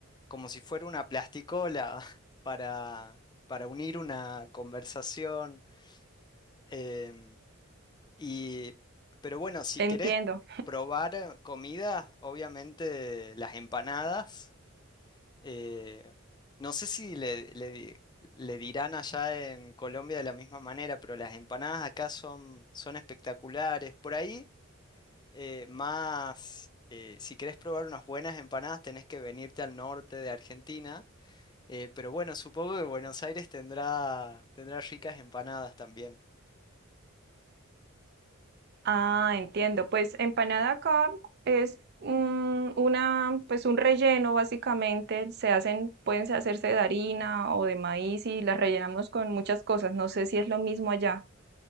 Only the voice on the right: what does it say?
Entiendo.
Ah, entiendo. Pues empanada acá es mm, una, pues un relleno básicamente. Se hacen, pueden hacerse de harina o de maíz y las rellenamos con muchas cosas. No sé si es lo mismo allá.